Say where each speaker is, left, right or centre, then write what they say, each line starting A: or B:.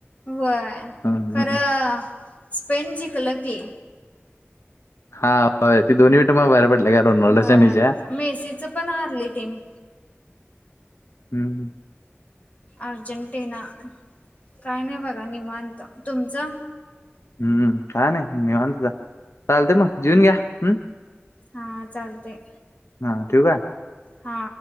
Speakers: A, on the left (about 35°); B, on the left (about 85°).
A: होय
B: हं,
A: खरं
B: हं, हं.
A: स्पेन जिंकलं की
B: हा होय ती दोन्ही मिनट म बाहेर पडले का रोनॉल्ड
A: बर
B: च्या न ह्याज्या
A: मेसीच पण हारली टीम
B: हम्म
A: अर्जंटिना काय नाही बघा निवांत तुमचं
B: हम्म का नाही निवत चालते मग जिऊन घ्या हम्
A: हा चालतय
B: हा ठेवू काय
A: हा